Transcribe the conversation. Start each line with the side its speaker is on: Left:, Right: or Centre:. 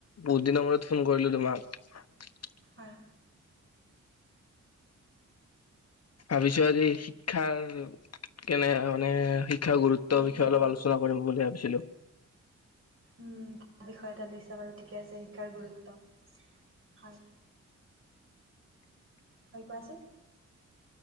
Left: বহুত দিনৰ মূৰত ফোন কৰিলো তোমাক। <unintelligible>
Right: হয়
Left: ভাবিছো আজি শিক্ষাৰ কেনে মানে শিক্ষা গুৰুত
Right: গুৰুত্বৰ
Left: বিষয়ে
Right: ওপৰত
Left: অলপ আলোচনা কৰিম বুলি ভাবিচিলোঁ।
Right: উম তাৰ বিষয়ে এটা লৈছা বাৰু ঠিকে আছে শিক্ষাৰ গুৰুত্ব। হয়। হেৰি কোৱাচোন?